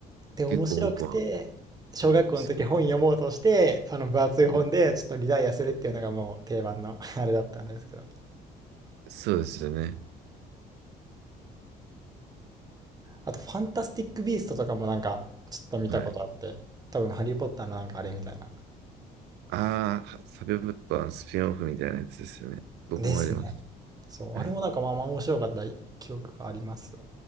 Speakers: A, on the right; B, on the right.
A: うで、面白くて、
B: 結構僕は、は
A: 小学校の時本読もうとして、
B: い好き。
A: あの分厚い本でちょっとリダイアするっていうのがもう定番の
B: はい
A: <laughs> あれだったんですけど。
B: そうですよね。
A: あと、ファンタスティック・ビーストとかもなんかちょっと見たことあって、
B: はい。
A: 多分ハリー・ポッターのなんかあれみたいな。
B: ああ、サブオブットはスピンオフみたいなやつですよね。僕もあります。
A: ですね。そう、
B: はい。
A: あれもなんかまあまあ面白かった記憶があります。